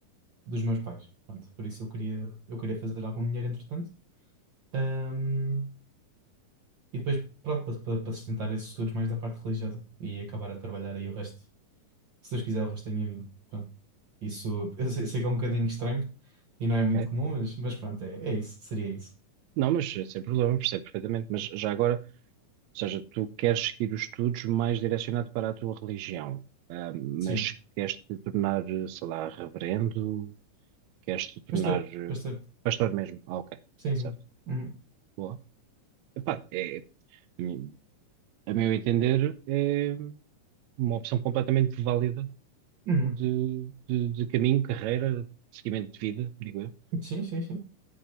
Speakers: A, on the right; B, on the right.
A: dos meus pais, pronto. Por isso eu queria, eu queria fazer algum dinheiro, entretanto. Ehm, e depois, pronto, para, para para sustentar esses estudos mais da parte religiosa e acabar a trabalhar aí o resto. Se Deus quiser, o resto da minha vida. Pronto. Isso, eu sei, sei que é um bocadinho estranho e não é muito
B: Ok.
A: comum, mas, mas pronto, é, é isso, seria isso.
B: Não, mas eh, sem problema, percebo perfeitamente. Mas já agora, ou seja, tu queres seguir os estudos mais direcionado para a tua religião, ah, mas
A: Sim.
B: queres te tornar, eh, sei lá, reverendo, queres te tornar
A: Pastor,
B: eh,
A: pastor.
B: pastor mesmo. Ah, ok,
A: Sim,
B: certo.
A: sim. Uhum.
B: Boa. Epá, é, a mim- a meu entender, é uma opção completamente válida
A: Uhum.
B: de, de, de caminho, carreira, seguimento de vida, digo eu.
A: Sim, sim, sim.